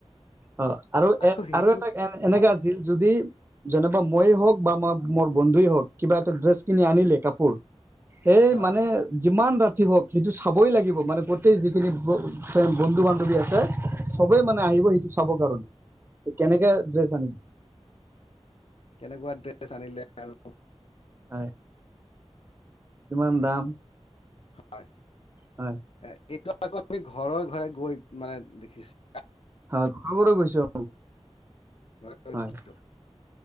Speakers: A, on the right (about 20°); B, on the left (about 60°).
A: অ আৰু
B: আকৌ
A: এ
B: সেইটো
A: আৰু এটা এ এনেকা
B: হয়
A: আছিল যদি, যেনেবা মইয়ে হওক বা ম মই মোৰ বন্ধুৱে হওক কিবা এটা ড্ৰেছ কিনি আনিলে কাপোৰ সেই
B: হয়
A: মানে যিমান ৰাতি হওঁক সেইটো চাবই লাগিব। মানে গোটেই যিখিনি বন্ধু বান্ধৱী আছে। চবেই মানে আহিব সেইটো চাব কাৰণে, কেনেকে ড্ৰেছ আনিম।
B: কেনেকুৱা ড্ৰেছ আনিলে আৰু
A: হয় কিমান দাম
B: <unintelligible>
A: হয়।
B: এ এইটো আকৌ আমি ঘৰে ঘৰে গৈ মানে দেখিছো
A: হয়, ক'ৰ পৰা কৈছ?
B: ঘৰে ঘৰে
A: হয়।
B: গৈছোঁ।